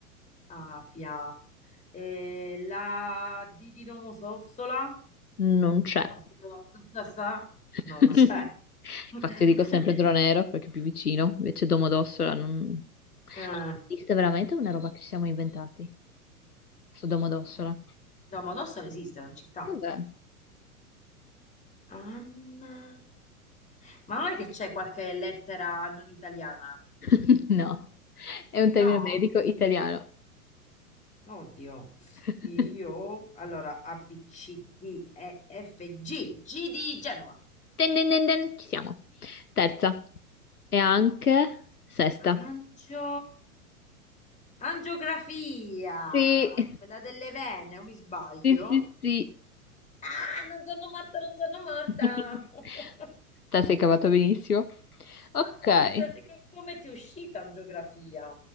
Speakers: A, on the left; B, on the left.
A: Afia, Eh, la D di Domodossola, la
B: Non c'è.
A: D di Domodossola non
B: <laughs> No.
A: c'è. <laughs>
B: Infatti io dico sempre Dronero perché è più vicino, invece Domodossola non... Ma
A: Eh,
B: esiste veramente una roba che ci siamo inventati? Su Domodossola?
A: eh, Domodossola esiste, è una città.
B: Cos'è?
A: Anna... Ma non è che c'è qualche lettera non italiana?
B: <laughs> No, è un
A: No?
B: termine medico italiano.
A: Oddio,
B: <laughs>
A: io allora A, B, C, D, E, F, G, G di Genova,
B: Ten, ten, ten, ten, Ci siamo. Terza. E anche sesta.
A: angio, angiografia,
B: Sì,
A: quella delle vene, o mi sbaglio?
B: sì, sì, sì.
A: Ah, non sono morta, non sono morta!
B: <laughs>
A: <laughs>
B: Te sei cavato benissimo. Ok.
A: Ma come, te- come ti è uscita in geografia?